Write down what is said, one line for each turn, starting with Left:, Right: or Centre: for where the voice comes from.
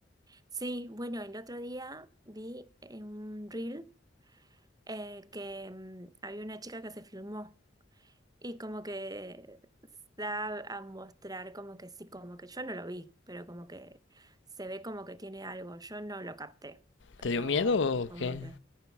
Right: Sí, bueno, el otro día vi en un reel eh, que mm, había una chica que se filmó. Y como que da a mostrar como que sí, como que yo no lo vi, pero como que se ve como que tiene algo, yo no lo capté, pero
Left: ¿Te dio miedo o
Right: como
Left: qué?
Right: que